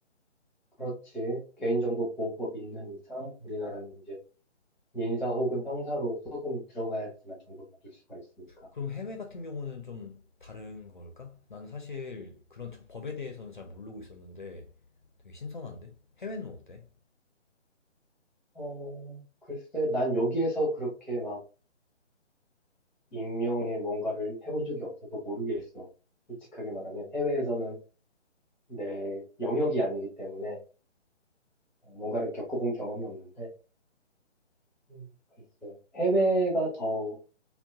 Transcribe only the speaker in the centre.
그렇지. 개인정보 보호법이 있는 이상 우리나라는 이제 민사 혹은 형사로 소송이 들어가야지만 정보를 얻을 수가 있으니까.
어, 글쎄, 난 여기에서 그렇게 막 익명의 뭔가를 해본 적이 없어서 모르겠어. 솔직하게 말하면 해외에서는 내 영역이 아니기 때문에 뭔가를 겪어본 경험이 없는데, 음, 글쎄, 해외가 더